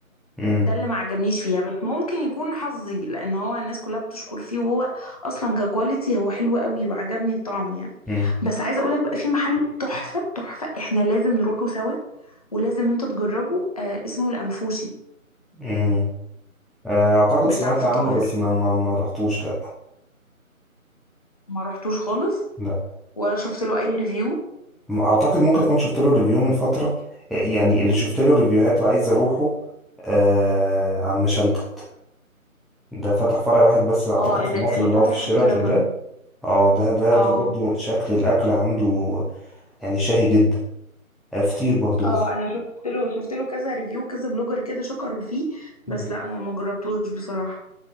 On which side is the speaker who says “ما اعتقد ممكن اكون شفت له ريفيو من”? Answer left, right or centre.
Centre